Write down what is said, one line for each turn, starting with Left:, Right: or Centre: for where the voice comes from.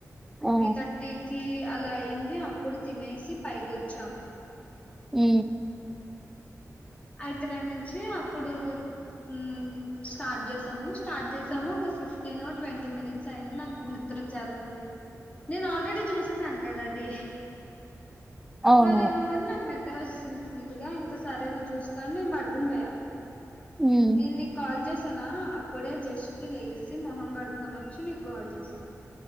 Centre: ఆ!
Left: త్రీ థర్టీకీ అలా అయింది అప్పుడు తినేసి పైకి వొచ్చాం.
Centre: ఊ
Left: అయితేనేమించీ అప్పుడూ ఊ స్టార్ట్ చేశాము స్టార్ట్ చేశాము ఒక ఫిఫ్టీనో ట్వంటీ మినిట్స్ అయింది నాక నిద్ర వచ్చేత్తుంది. నేను ఆల్రెడీ చూశేసాను కదా అది.
Centre: అవును.
Left: మరేమో మరి నాకు నిద్ర వస్తుంది ఫుల్లుగా ఇంక సరేనువ్వు చూస్ కో అని నేను పడుకుండ్ పోయా
Centre: హ్మ్.
Left: నేన్ నీక్ కాల్ చేశానా అప్పుడే జస్ట్ లేయిసి మొహం కడుకొని వచ్చి నీకు కాల్ చేసా